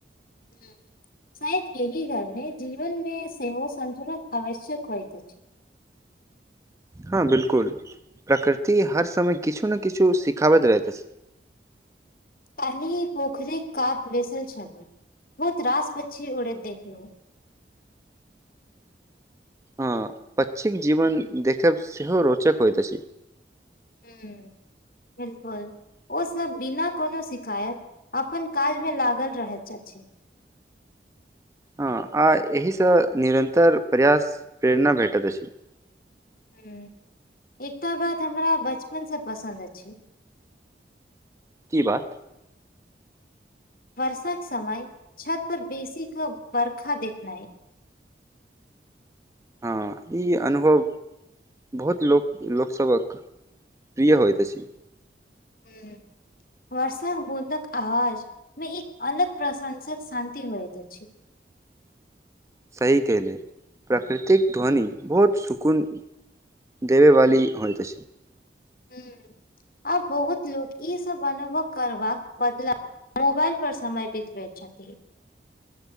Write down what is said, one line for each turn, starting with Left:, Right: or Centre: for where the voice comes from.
Left: हू शायद एहि कारणे जीवन मे सेहो संतुलन आवश्यक होइत अछि
Right: हँ बिल्कुल प्रकृति हर समय किछु ने किछु सिखाबैत रहैत अछि
Left: काल्हिपोखरी कात बैसल छलो बहुत रास पऽछी उड़ैत देखलहु
Right: हँ पछिक जीवन देखब सेहो रोचक होइत अछि
Left: हू बिल्कुल ओ सब बिना कोनो शिकायत अपन काज मे लागल रहैत अछि
Right: हँ आ एहिसँ निरन्तर प्रयास प्रेरणा भेटैत अछि
Left: हुँ एकटा बात हमरा बचपन सऽ पसन्द अछि
Right: की बात
Left: वर्षाक के समय छत पर बेसी कऽ बर्खा देखनाइ
Right: हँ ई अनुभव बहुत लोक लोकसभक प्रिय होइत अछि
Left: हू वर्षाकऽ बूंदक आवाज मे एक अलग प्रशंसक शान्ति होइत अछि
Right: सही केले प्राकृतिक ध्वनि बहुत सुकून देबेवाली होइत अछि
Left: हू आब बहुत लोको ई सब अनुभव करबाक बदलाव मोबाइल पर समय बीतबे छथि